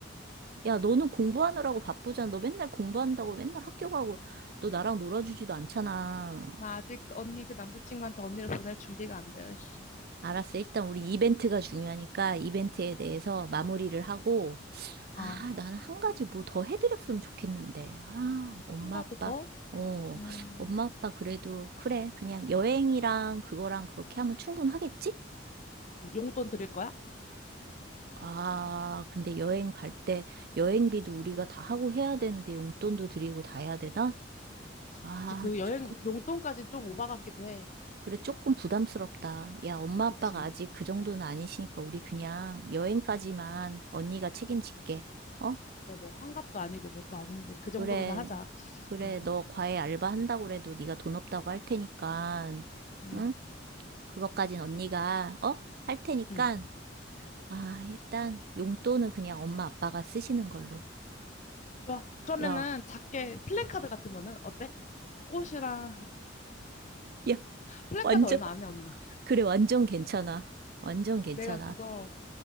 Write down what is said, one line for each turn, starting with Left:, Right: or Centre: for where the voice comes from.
Right: 야, 너는 공부하느라고 바쁘잖아. 너 맨날 공부한다고 맨날 학교 가고, 너 나랑 놀아주지도 않잖아.
Left: 나 아직 그 언니 그 남자친구한테 언니를 보낼 준비가 안 되어 있어.
Right: 알았어. 일단 우리 이벤트가 중요하니까 이벤트에 대해서 마무리를 하고, 아,
Left: 어.
Right: 나는 한 가지 뭐 더 해드렸으면 좋겠는데. 아, 엄마
Left: 한 가지
Right: 아빠,
Left: 더?
Right: 어,
Left: 음,
Right: 엄마 아빠 그래도, 그래. 그냥 여행이랑 그거랑 그렇게 하면 충분하겠지?
Left: 용돈 드릴 거야?
Right: 아, 근데 여행 갈 때 여행비도 우리가 다 하고 해야 되는데 용돈도 드리고 다 해야 되나? 아,
Left: 그치, 그 여행,
Right: 조금.
Left: 용돈까지 좀 오바 같기도 해.
Right: 그래, 조금 부담스럽다. 야, 엄마
Left: 그치.
Right: 아빠가 아직 그 정도는 아니시니까 우리 그냥 여행까지만 언니가 책임질게. 어?
Left: 근데 뭐 환갑도 아니고 뭣도 아닌데 그
Right: 그래,
Left: 정도로만 하자.
Right: 그래,
Left: 응,
Right: 너 과외 알바 한다고 그래도 네가 돈 없다고 할 테니까,
Left: 응,
Right: 응? 그것까진 언니가, 어? 할 테니까,
Left: 응.
Right: 아, 일단 용돈은 그냥 엄마 아빠가 쓰시는 걸로.
Left: 좋아. 그러면은
Right: 야,
Left: 작게 플랜카드 같은 거는 어때? 꽃이랑
Right: 야,
Left: 플랜카드
Right: 완전,
Left: 얼마 안 해, 언니.
Right: 그래, 완전 괜찮아. 완전 괜찮아.
Left: 내가 그거